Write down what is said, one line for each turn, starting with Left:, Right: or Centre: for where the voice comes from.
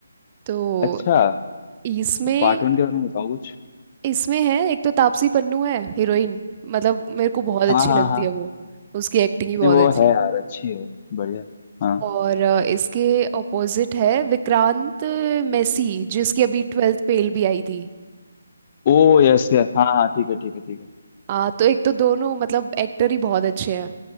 Right: तो
Left: अच्छा
Right: इसमें
Left: तो पार्ट वन के बारे में बताओ कुछ
Right: इसमें है एक तो तापसी पन्नू है हीरोइन मतलब मेरे को बहुत
Left: हाँ
Right: अच्छी
Left: हाँ
Right: लगती
Left: हाँ
Right: है वो उसकी एक्टिंग ही बहुत
Left: नहीं वो
Right: अच्छी
Left: है यार अच्छी है बढ़िया हाँ
Right: और अ, इसके ऑपोजिट है विक्रांत मैसी जिसकी अभी ट्वेल्थ फेल भी आई थी
Left: ओ यस यस हाँ हाँ ठीक है ठीक है ठीक है
Right: आ, तो एक तो दोनों मतलब एक्टर ही बहुत अच्छे हैं